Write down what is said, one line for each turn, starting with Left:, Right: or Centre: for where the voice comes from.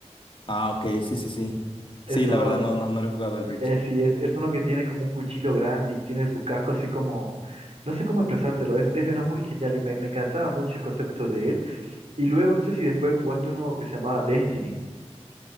Left: Ah, ok, sí, sí, sí.
Right: es
Left: Sí,
Right: uno...
Left: la verdad no, no, no le he jugado el Reach.
Right: Eh, sí, es, es uno que tiene como un cuchillo grande y tiene su casco así como, no sé cómo expresártelo, es, es uno muy genial y me, me encantaba mucho el concepto de él. Y luego, no sé si después jugaste uno que se llamaba Destiny.